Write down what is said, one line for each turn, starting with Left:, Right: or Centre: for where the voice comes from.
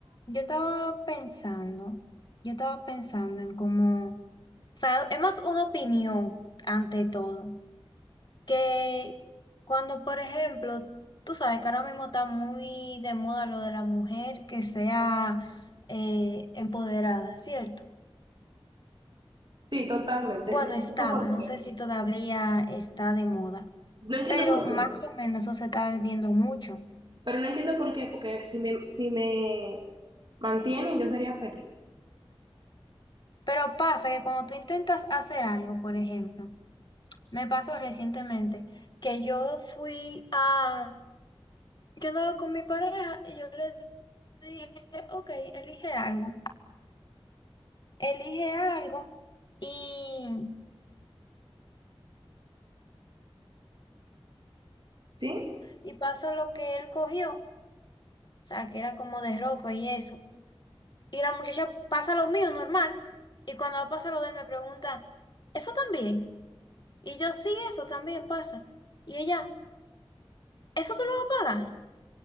Left: Yo estaba pensando, yo estaba pensando en cómo, o sea, es más una opinión ante todo, que cuando, por ejemplo, tú sabes que ahora mismo está muy de moda lo de la mujer que sea eh, empoderada, ¿cierto?
Right: Sí, totalmente.
Left: Bueno,
Right: No
Left: estaba,
Right: entiendo por
Left: no
Right: qué.
Left: sé si todavía está de moda,
Right: No entiendo
Left: pero
Right: por
Left: más
Right: qué.
Left: o menos eso se está viendo mucho.
Right: Pero no entiendo por qué, porque si me, si me mantienen, yo sería feliz.
Left: Pero pasa que cuando tú intentas hacer algo, por ejemplo, Me pasó recientemente que yo fui a, yo andaba con mi pareja y yo le dije, ok, elige algo, elige algo y,
Right: ¿Sí?
Left: y pasó lo que él cogió, o sea, que era como de ropa y eso. Y la muchacha pasa lo mío normal y cuando pasa lo de él me pregunta, ¿eso también? Y yo sí, eso también pasa. Y ella, ¿eso tú lo vas a pagar?